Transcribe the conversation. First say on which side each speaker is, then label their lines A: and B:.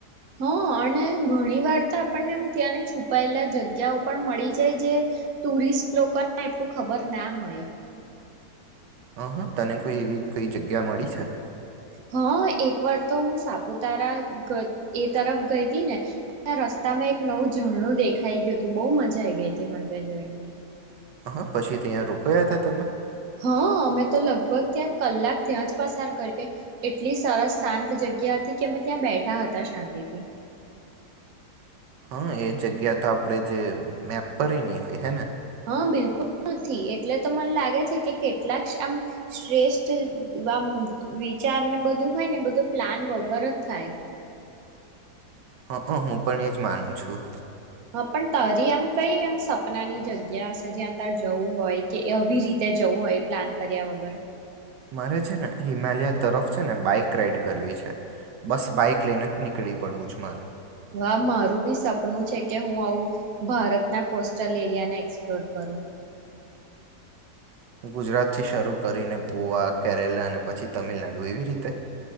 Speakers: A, on the right; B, on the right.
A: હ, અને ઘણી વાર તો આપણને એમ ત્યાંને છુપાયેલા જગ્યાઓ પણ મળી જાય, જે ટુરિસ્ટ લોકોને એટલું ખબર ના હોય.
B: હ, હા, તને કોઈ એવી કોઈ જગ્યા મળી છે?
A: હા, એક વાર તો હું સાપુતારા એ તરફ ગઈ હતી ને, તા રસ્તામાં એક નવું ઝરણું દેખાઈ ગયું હતું. બહુ મજા આઈ ગઈ હતી, મંદિર જોઈને.
B: હા પછી ત્યાં રોકયા હતા તમે
A: હા અમે તો લગભગ ત્યાં કલાક ત્યાં જ પસાર કરી કે એટલી સરસ શાંત જગ્યા હતી કે અમે ત્યાં બેઠા હતા શાંતિથી
B: હા એ જગ્યા તો આપણે જે મેપ પર નહીં હોય હે ને
A: હા બિલકુલ નથી એટલે તો મને લાગે છે કે કેટલાક આમ શ્રેષ્ઠ આ વિચારને બધું હોય ને બધું પ્લાન વગર થાય
B: હ હું પણ એજ માનું છું
A: હ પણ તારી એમ કઈ એમ સપનાની જગ્યા હશે જ્યાં ત જવું હોય કે આવીવી રીતે જવું હોય પ્લાન કર્યા વગર
B: મારે છે ને હિમાલય તરફ છે ને બાઈક રાઈડ કરવી છે બસ બાઈક લઈને નીકળી પડવું છે મારે
A: વા મારું બી સપનું છે કે હું આવું ભારતના કોસ્ટલ એરિયાને એક્સપ્લોર કરું
B: ગુજરાતથી શરૂ કરીને ગોવા કેરલા અને પછી તમિલનાડુ એવી રીતે